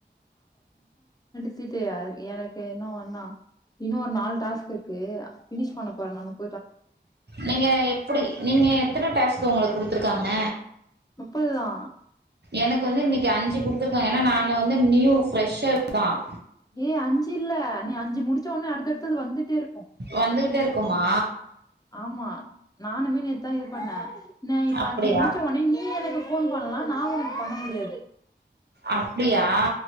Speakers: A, on the left (about 20°); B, on the right (about 65°).
A: <unintelligible> ஏனு அண்ணா இன்னும் ஒரு நாலு டாஸ்க் இருக்கு ஃபினிஷ் பன்னப் போற நானும்
B: நீங்க எப்டி நீங்க எத்தனை டாஸ்க் உங்குளுக்கு குடுத்துருக்காங்க
A: முப்பதுதா
B: எனக்கு வந்து இன்னிக்கு அஞ்சு குடுத்துருக்காங்க ஏனா நான் வந்து நியூ ஃப்ரெஷர் தான்
A: ஏ அஞ்சு இல்ல நீ அஞ்சு முடிச்ச உடனே அடுத்தடுத்து வந்துட்டே இருக்கும்
B: வந்துகிட்டே இருக்குமா
A: ஆமா நானுமே நேத்து தான் இது பண்ண நா இப்ப
B: அப்படியா
A: அஞ்சு முடிச்ச உடனே நீ எனக்கு ஃபோன் பண்ணலாம் நான் உனக்கு பண்ண முடியாது
B: அப்டியா